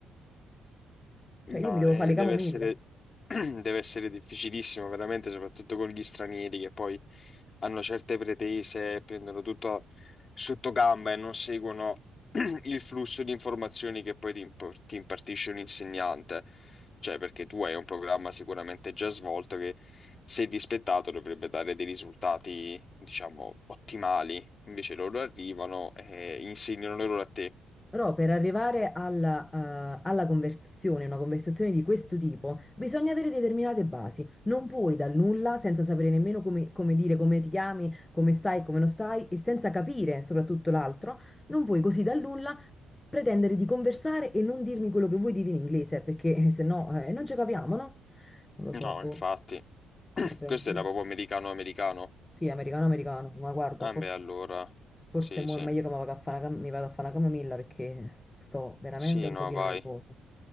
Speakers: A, on the left (about 40°); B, on the left (about 15°).
A: No,
B: cioè io mi devo
A: eh,
B: fare le
A: deve
B: camomille.
A: essere, <clears throat> deve essere difficilissimo, veramente, soprattutto con gli stranieri che poi hanno certe pretese, prendono tutto sotto gamba e non seguono <clears throat> il flusso di informazioni che poi ti, impor- ti impartisce un insegnante. Cioè, perché tu hai un programma sicuramente già svolto che, se dispettato, dovrebbe dare dei risultati, diciamo, ottimali. Invece loro arrivano e insegnano loro a te.
B: Però per arrivare alla, eh, alla conversazione, una conversazione di questo tipo, bisogna avere determinate basi. Non puoi dal nulla, senza sapere nemmeno come, come dire, come ti chiami, come stai, come non stai, e senza capire soprattutto l'altro, non puoi così dal nulla pretendere di conversare e non dirmi quello che vuoi dire in inglese, perché <laughs> eh, se no eh, non ci capiamo, no? Non lo
A: No,
B: so, boh.
A: infatti. <clears throat>
B: Vabbè,
A: Questo
B: io-
A: era proprio americano-americano.
B: sì, americano, americano, ma guarda,
A: Ah, beh, allora.
B: Forse
A: Sì,
B: mo
A: sì.
B: è meglio che mi vado a fare una, cam- mi vado a fare una camomilla perché sto veramente
A: Sì,
B: un
A: no,
B: pochino
A: vai.
B: nervosa.